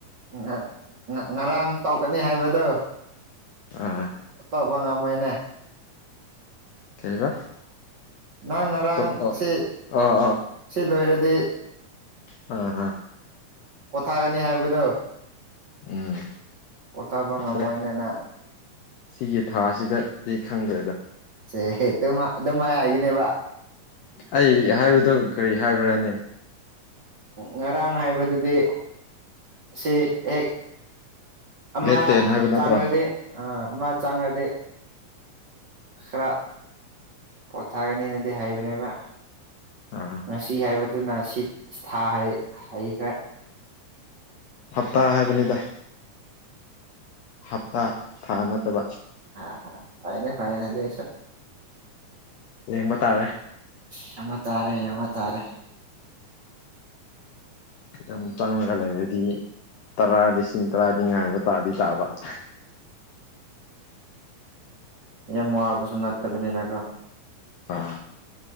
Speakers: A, on the right; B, on the left.
A: ꯉꯥ ꯉꯥ ꯉꯔꯥꯡ ꯇꯧꯒꯅꯤ ꯍꯥꯏꯕꯗꯣ꯫
B: ꯑꯥ
A: ꯇꯧꯕ ꯉꯝꯃꯣꯏꯅꯦ꯫
B: ꯀꯩꯕ꯫
A: ꯅꯪ ꯉꯔꯥꯡ
B: ꯑꯣ
A: ꯑꯁꯤ
B: ꯑꯥ
A: ꯁꯤ ꯂꯣꯏꯔꯗꯤ
B: ꯑ ꯑ꯫
A: ꯄꯣꯊꯥꯒꯅꯤ ꯍꯥꯏꯕꯗꯣ
B: ꯎꯝ
A: ꯄꯣꯊꯥꯕ
B: ꯈꯪꯗ꯭ꯔꯦ
A: ꯉꯝꯃꯣꯏꯅꯦ ꯅꯪ
B: ꯁꯤꯒꯤ ꯊꯥꯁꯤꯗꯗꯤ ꯈꯪꯗ꯭ꯔꯦꯗ꯫
A: ꯁꯦ ꯑꯗꯨ ꯑꯗꯨ ꯃꯥꯏ ꯍꯥꯏꯒꯅꯦꯕ꯫
B: ꯑꯩ ꯍꯥꯏꯕꯗꯣ ꯀꯔꯤ ꯍꯥꯏꯕ꯭ꯔꯅꯦ꯫
A: ꯉꯔꯥꯡ ꯍꯥꯏꯕꯗꯨꯗꯤ ꯑꯁꯤ ꯍꯦꯛ ꯑꯃ
B: ꯗꯦꯠ ꯇꯦꯟ ꯍꯥꯏꯕ ꯅꯠꯇ꯭ꯔꯣ
A: ꯆꯥꯡꯉꯗꯤ ꯑ ꯑꯃ ꯆꯥꯡꯂꯗꯤ꯫ ꯈꯔ ꯄꯣꯊꯥꯒꯅꯤ ꯗꯦ ꯍꯥꯏꯕꯅꯦꯕ
B: ꯑꯥ
A: ꯉꯁꯤ ꯍꯥꯏꯕ꯫ ꯑꯗꯨꯅ ꯁꯤ ꯊꯥ ꯍꯩꯈ꯭ꯔꯦ꯫
B: ꯍꯥꯞꯇꯥ ꯍꯥꯏꯕꯅꯤꯗ꯫ ꯍꯥꯞꯇꯥ ꯊꯥ ꯅꯠꯇꯕ꯫
A: ꯑꯍꯥ ꯐꯥꯏꯅꯦ ꯐꯥꯏꯅꯦ ꯑꯗꯨꯏꯁꯨ꯫
B: ꯌꯦꯡꯕ ꯇꯥꯔꯦ꯫
A: ꯌꯦꯡꯕꯇꯥꯔꯦ ꯌꯦꯡꯕꯇꯥꯔꯦ꯫
B: ꯑꯗꯨꯝ ꯆꯪꯂꯒ ꯂꯩꯔꯗꯤ ꯇꯔꯥ ꯂꯤꯁꯤꯡ ꯇꯔꯥꯗꯤ ꯉꯥꯏꯕ ꯇꯥꯗꯤ ꯇꯥꯕ꯫ <inaudible>
A: ꯌꯥꯝ ꯋꯥꯕꯁꯨ ꯅꯠꯇꯕꯅꯤꯅꯒꯣ
B: ꯑ